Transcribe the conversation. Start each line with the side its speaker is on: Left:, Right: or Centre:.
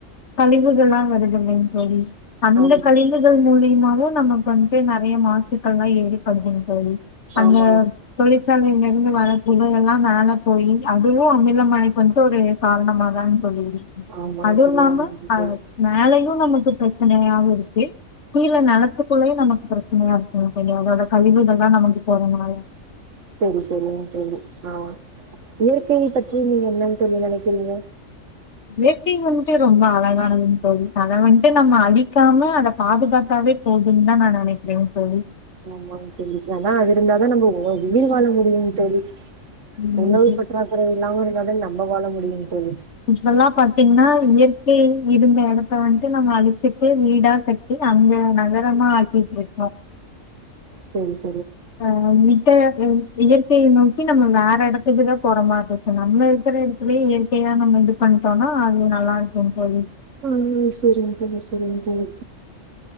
Left: கழிவுகள் எல்லா வருதுலைங் தோழி அந்த
Right: ஆமா,
Left: கழிவுகள் மூலியமாவு நமக்கு வந்துட்டு நறைய மாஸ் நச்சுக்கள் மாரி <unintelligible>
Right: ஆமாங்க
Left: தோழி அந்த மேல இங்க இருந்து வர புகையெல்லாம் மேல போயி அதுவும் அமில மழைக்கு வந்துட்டு ஒரு காரணமா தாங் தோழி
Right: ஆமாங்க
Left: அதுவு
Right: தோழி
Left: இல்லாம
Right: ஆமாங்க தோழி.
Left: மேலையும் நமக்கு கஸ் பிரச்சனையாவு இருக்கு கீழ நிலத்துக்குள்ளயு நமக்கு பிரச்சனையா இருக்குங்க தோழி அதோட கழிவுகள்தா நமக்கு போறனால
Right: சேரி சேரிங்க தோழி ஆ இயற்கையை பற்றி நீங்க என்னங் தோழி நெனைக்கிறீங்க
Left: இயற்கை வந்துட்டு ரொம்ப அழகானதுங் தோழி அத வந்ன்டு நம்ம அழிக்காம அத பாதுகாத்தாவே போகுதுன்தா நா நெனைக்கிறங் தோழி
Right: ஆமாங் தோழி ஏனா அது இருந்தாதா நம்ம உயிர் வாழ முடியுங் தோழி
Left: ம்
Right: உணவு
Left: இல்
Right: பற்றாக்குறை இல்லாம இருந்தாதா நம்ம
Left: <inaudible>
Right: வாழ முடியுங்க தோழி.
Left: இதெல்லா பாத்தீங்கன்னா இயற் கை இருந்த எடத்த வந்துட்டு நம்ம அழிச்சுட்டு வீடா கட்டி அந்த நகரமா ஆக்கிட்ருக்கோ
Right: சொரிஸ்
Left: ஆ மித்த ங் இயற்கைய நோக்கி நம்ம வேற எடத்துக்குதா போற மாதிரி இருக்கு நம்மள இருக்குற எடத்துலயே இயற்கையதா நம்ம இது பண்டோனா அது நல்லா இருக்குங் தோழி
Right: ஆ சேரிங் தோழி சேரிங்க தோழி